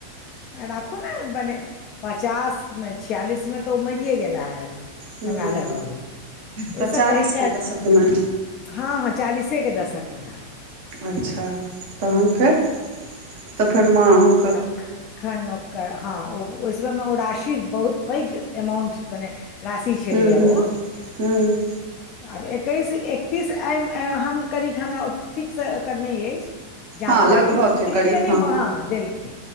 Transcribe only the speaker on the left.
राखू ने मने पचास मे छियालिस में तऽ ओ मरे गेला हे
गंगाधर बाबू ओहिसँ
पहिलका
हँ हँ चालीसे के दशक मे रहा
अखानक <unintelligible> कै हँ ओ ओहि समय मे ओ राशी बहुत पैघ अमाउंट मने राशि छलैया
ओ
आब एकैस तीस <unintelligible> हम कनिक हमरा ठीकसँ ओर नहि अछि जानकारी
लेकिन
कनि हँ देलक